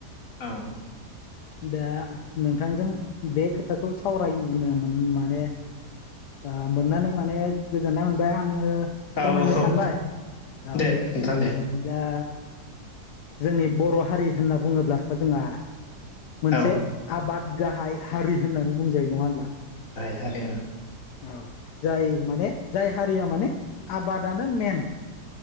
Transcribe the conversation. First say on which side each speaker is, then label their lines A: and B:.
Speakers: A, on the left; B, on the left.
A: औ
B: दा नोंथांजों बे खोथाखौ सावरायनो माने
A: <inaudible>
B: आ मोननानै माने गोजोननाय मोनबाय आङो फोरमायनो
A: औ औ
B: सानबाय औ
A: दे नोंथां दे
B: दा जोंनि बर' हारि होनना बुङोब्लाथ' जोंहा मोनसे
A: औ
B: आबाद गाहाय हारि होननानै बुंजायो नङा होनोमब्ला
A: आरो
B: औ जाय माने जाय हारिया माने आबादानो मेन